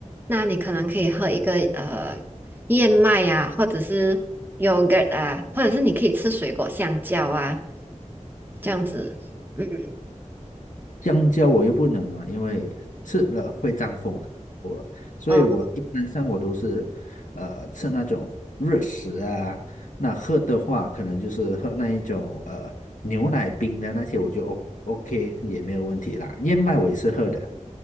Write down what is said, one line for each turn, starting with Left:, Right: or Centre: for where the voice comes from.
Right: 那你可能可以喝一个呃燕麦啊，或者是 yogurt 啊，或者是你可以吃水果香蕉啊，这样子，嗯
Left: 香蕉我又不能了，因为吃了会胀风啊。我，所以我一般上我都是，
Right: 嗯。
Left: 呃，吃那种热食啊。那喝的话，可能就是喝那一种呃牛奶冰的那些，我就 O OK 也没有问题啦。燕麦我也是喝的。